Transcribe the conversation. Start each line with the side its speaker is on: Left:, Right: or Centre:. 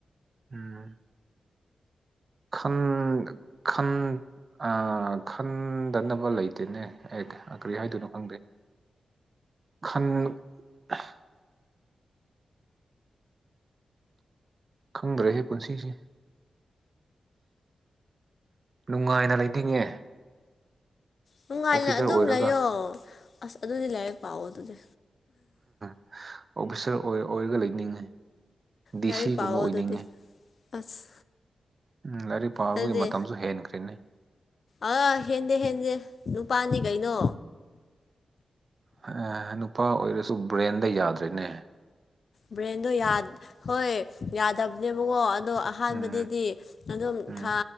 Right: ꯎꯝ꯫ ꯈꯟ ꯈꯟ ꯑ ꯈꯟ ꯗꯅꯕ ꯂꯩꯇꯦꯅꯦ ꯑꯦꯠ ꯑ ꯀꯔꯤ ꯍꯥꯏꯗꯣꯏꯅꯣ ꯈꯪꯗꯦ꯫ ꯈꯟ ꯈꯪꯗ꯭ꯔꯦꯍꯦ ꯄꯨꯟꯁꯤꯁꯦ꯫ ꯅꯨꯡꯉꯥꯏꯅ ꯂꯩꯅꯤꯡꯉꯦ꯫
Left: ꯅꯨꯡꯉꯥꯏꯅ
Right: ꯑꯣꯐꯤꯁꯥꯔ
Left: ꯑꯗꯨꯝ
Right: ꯑꯣꯏꯔꯒ
Left: ꯂꯩꯌꯣ ꯑꯁ ꯑꯗꯨꯗꯤ ꯂꯥꯏꯔꯤꯛ ꯄꯥꯋꯣ ꯑꯗꯨꯗꯤ꯫
Right: ꯑꯣꯐꯤꯁꯔ ꯑꯣꯏ ꯑꯣꯏꯔꯒ ꯂꯩꯅꯤꯡꯉꯦ ꯗꯤ
Left: ꯂꯥꯏꯔꯤꯛ
Right: ꯁꯤꯒꯨꯝꯕ
Left: ꯄꯥꯎꯑꯣ
Right: ꯑꯣꯏꯅꯤꯡꯉꯦ꯫
Left: ꯑꯗꯨꯗꯤ ꯑꯁ꯫
Right: ꯎꯝ ꯂꯥꯏꯔꯤꯛ ꯄꯥꯕꯒꯤ
Left: ꯑꯗꯨꯗꯤ
Right: ꯃꯇꯝꯁꯨ ꯍꯦꯟꯈ꯭ꯔꯦꯅꯦ꯫
Left: ꯑꯥ ꯍꯦꯟꯗꯦ ꯍꯦꯟꯗꯦ ꯅꯨꯄꯥꯅꯤ ꯀꯩꯅꯣ꯫
Right: ꯍ ꯅꯨꯄꯥ ꯑꯣꯏꯔꯁꯨ ꯕ꯭ꯔꯦꯟꯗ ꯌꯥꯗ꯭ꯔꯦꯅꯦ꯫
Left: ꯕ꯭ꯔꯦꯟꯗꯣ ꯌ꯭ꯥꯗ ꯍꯣꯏ ꯌꯥꯗꯕꯅꯦꯕꯀꯣ ꯑꯗꯣ ꯑꯍꯥꯟꯕꯗꯗꯤ
Right: ꯎꯝ
Left: ꯑꯗꯨꯝ
Right: ꯎꯝ
Left: ꯊꯥ